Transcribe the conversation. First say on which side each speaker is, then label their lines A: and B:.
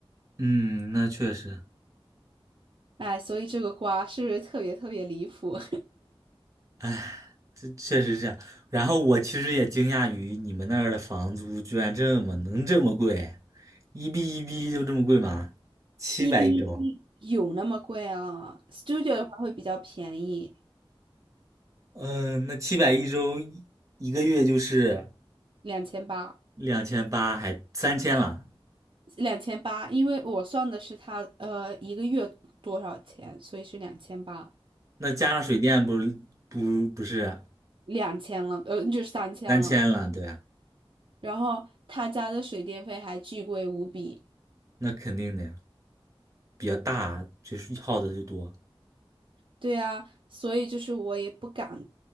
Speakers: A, on the right; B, on the right.
A: 嗯，那确实，
B: 哎，所以这个瓜是不是特别特别离谱？
A: 哎。这确实是这样。然后我其实也惊讶于你们那儿的房租居然这么能这么贵，一币一币就这么贵吗？
B: <laughs>
A: 七百一周，
B: 一比一比有那么贵啊？Studio 的话会比较便宜，
A: 嗯，那七百一周一一个月就是
B: 两千八，
A: 两千八，还三千了。
B: 两千八，因为我算的是他呃一个月多少钱，所以是两千八，
A: 那加上水电不是不不是
B: 两千了，呃，就是三千了。
A: 三千了，对啊，
B: 然后他家的水电费还巨贵无比。
A: 那肯定的呀，比较大，就是耗的就多。
B: 对啊，所以就是我也不敢